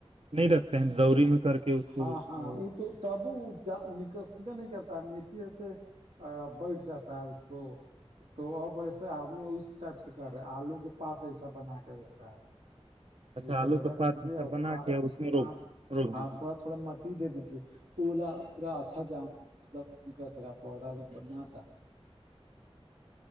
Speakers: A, on the right; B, on the right.
A: نہیں رکھتے ہیں زوری میں کر کے اس
B: ہاں
A: کو
B: ہاں وہ تو تب نک بھی نہیں کرتا میٹی سے بیٹھ جاتا ہے اس کو تو اب ویسے آدمی اس ٹائپ سے کر رہے آلو کے پات ایسا بنا کے روپ رہا ہے
A: اچھا
B: اسے
A: آلو کا
B: رکھ
A: پات
B: دیجے
A: ایسا
B: اور
A: بنا
B: پانچ
A: کے اس میں
B: پانچ
A: روک روک
B: ہاتھ
A: دیجیے
B: تھوڑا مٹی دے دیجیے اولا پورا اچھا جام مطلب نکل س رہا پودا ایکم بڑھیا تھا